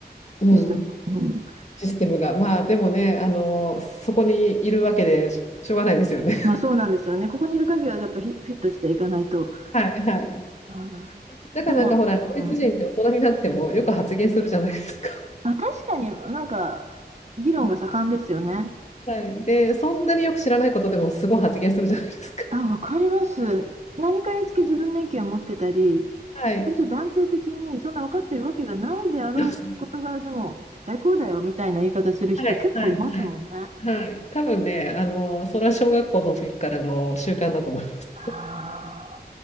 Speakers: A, on the left; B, on the right.
A: うん、
B: システム。うん。
A: システムが。まあ、でもね、あの、そこにいるわけでししょうがないですよね。
B: まあそうなんですよね。ここにいる限りは、やっぱフィフィットしていかないと。
A: <laughs> はい、はい。
B: うん
A: だからなんかほら、
B: でも、
A: ドイツ人って大人になってもよく発言するじゃないですか。
B: うん。あ、確かになんか、議論が盛んですよね。
A: はい。で、そんなによく知らないことでもすごい発言するじゃないですか。
B: あ、わかります。何かにつけ自分の意見を持ってたり、
A: はい。
B: 割と断定的に、そんな分かってるわけがないであろう事柄でも、
A: そうそう
B: 絶対こうだよみたいな言い方する人結構いますもんね。
A: はい、はい、はい。はい。多分ね、あの、それは小学校の時からの習慣だと思います。
B: ああ。